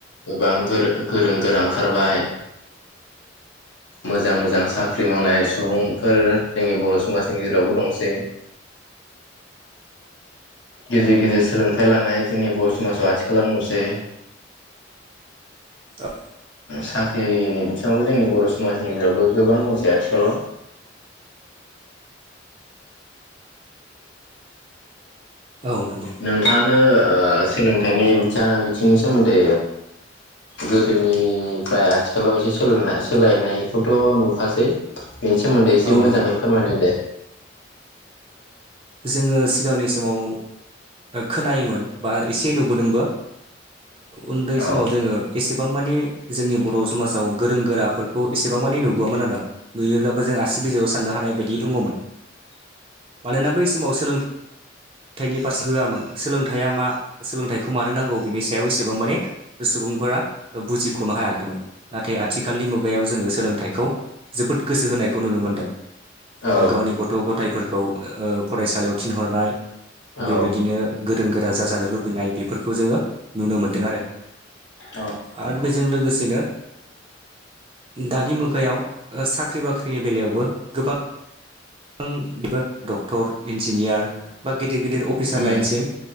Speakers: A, on the left (about 70°); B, on the right (about 30°).
A: गोबां गोरों गोरा ओंखारबाय मोजां मोजां साख्रि मावनाय सुबुंफोर जोंनि बर' समाजनि गेजेरावबो दंसै गेजेर गेजेर सोलोंथाइ लानाय जोंनि बर' समाजाव आथिखालाव नुसै
B: द <inaudible>
A: साख्रिनि बिथिङावबो जोंनि बर' समाजनि गेजेरावबो गोबां दंसै आथिखालाव
B: औ नंगौ।
A: नोंथाङानो सोलोंथाइनि बिथथिाङा बिथिंनि सोमोन्दै गोदोनिफ्राय आथिखालाव एसे सोल सोलायनायखौथ' नुखासै बेनि सोमोन्दै एसे
B: औ
A: मोजाङै
B: नंगौ
A: फोरमायदों दे।
B: जोङो सिगांनि समाव खोनायोमोन बा एसे नुबोदोंबो उन्दै
A: औ
B: समाव जोङो। एसेबां मानि जोंनि बर' समाजाव गोरों गोराफोरखौ एसेबां मानि नुबोआमोन आरो। नुयोब्लाबो जों आसि बिजौआव साननो हानाय बायदि दङमोन। मानोना बै समाव सोलोंथ फोथाइनि फारसे होआमोन सोलोंथाइया मा सोलोंथाइखौ मानो नांगौ बिनि सायाव एसेबां माने सुबुंफोरा बुजिख'नो हायाखैमोन। नाथाय आथिखालनि मुगायाव जोङो सोलोंथाइखौ जोबोद गोसो होनायखौ नुनो मोनदों।
A: औ
B: गावनि गथ' गथायफोरखौ फरायसालियाव थिनहरनाय
A: औ
B: बेबायदिनो गोरों गोरा जाजानो लुबैनाय बेफोरखौ जोङो नुनो मोन्दों आरो।
A: औ नंगौ।
B: आरो बेजों लोगोसेनो दानि मुगायाव साख्रि बाख्रिनि बेलायावबो गोबां गोां बेबो डक्टर इन्जिनियार बा गिदिर गिदिर अफिसार
A: उम
B: लाइनसिम।